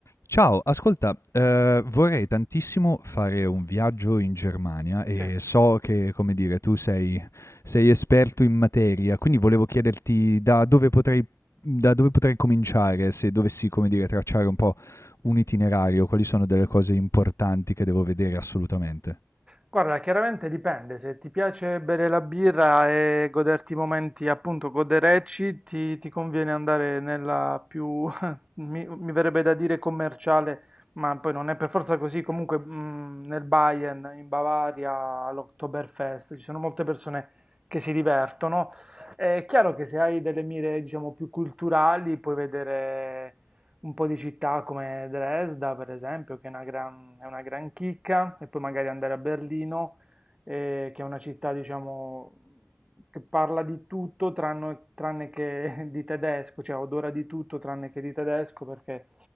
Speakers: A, on the left; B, on the right.
A: Ciao, ascolta, eh, vorrei tantissimo fare un viaggio in Germania e
B: Sì.
A: so che, come dire, tu sei, sei esperto in materia, quindi volevo chiederti da dove potrei, da dove potrei cominciare se dovessi, come dire, tracciare un po' un itinerario, quali sono delle cose importanti che devo vedere assolutamente.
B: Guarda, chiaramente dipende, se ti piace bere la birra e goderti i momenti appunto goderecci, ti, ti conviene andare nella più, <laughs> mi, mi verrebbe da dire commerciale, ma poi non è per forza così, comunque mm, nel Bayern, in Bavaria, all'Oktoberfest, ci sono molte persone che si divertono. È chiaro che se hai delle mire, diciamo, più culturali, puoi vedere Un po' di città come Dresda, per esempio, che è una gran, è una gran chicca, e poi magari andare a Berlino, eh, che è una città, diciamo, che parla di tutto tranne, tranne che <laughs> di tedesco, cioè odora di tutto tranne che di tedesco, perché